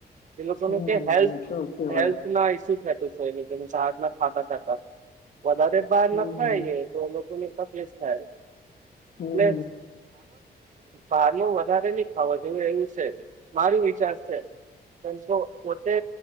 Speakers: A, on the right (about 50°); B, on the left (about 60°).
A: એ લોકો
B: હમ
A: ને કે હેલ્થ
B: એ તો છે ભાઈ
A: હેલ્થ ના ઇસ્યુ <unintelligible> વધારે બહાર
B: હમ
A: ના ખાય એ તો એ લોકોને તકલીફ થાય,
B: હમ
A: એટલે. બાર નું વધારે નહીં ખાવા જોએ એવું છે. મારે વિચાર છે. એમ જો પોતે